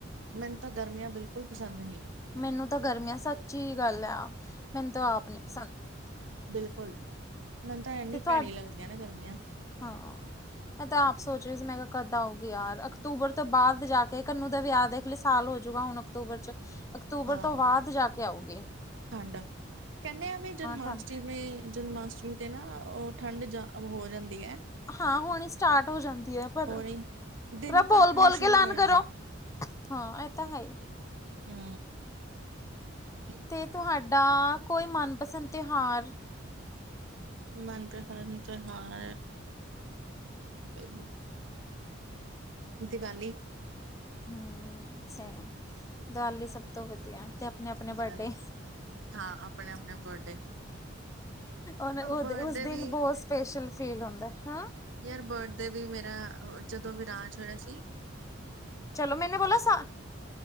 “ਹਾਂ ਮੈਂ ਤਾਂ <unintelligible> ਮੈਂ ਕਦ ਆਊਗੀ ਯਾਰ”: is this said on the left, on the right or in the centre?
Left